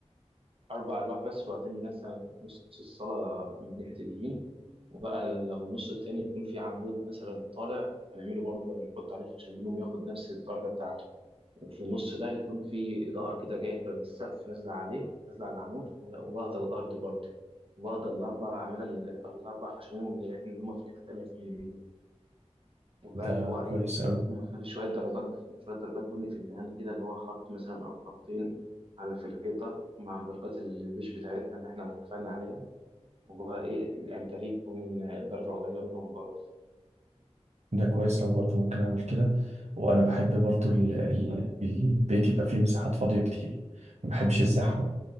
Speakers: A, on the right (about 55°); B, on the right (about 75°).
A: أربع ألواح بس وبعدين مثلا نص الصلاة من ناحية اليمين وبقى لو النص التاني يكون فيه عمود مثلا طالع هنعمله برضه هنحط عليه خشب هدوم ياخد نفس الدرجة بتاعته وفي النص ده يكون فيه إضاءة كده جايبة من السقف نازلة عليه نازلة على العمود ولا- وواخدة الأرض برضه واخدة الأربع أعمدة ال- الأربع خشب هدوم اللي إحنا اللي هما في الناحية التانية في اليمين وبقى
B: ده
A: اللي هو ايه
B: كويس
A: تقوم
B: أوي
A: مخلي شويه درجات شويه درجات بني في الدهان كده اللي هو خط مثلا او خطين على في الحيطه مع درجات البيش بتاعتنا اللي احنا اتفقنا عليها وبقى ايه الانتريه يكون درجه قريبه منهم برضه
B: ده كويس أوي برضه ممكن أعمل كده وأنا بحب برضه ال- ال- البيت يبقى فيه مساحات فاضية كتير ما بحبش الزحمة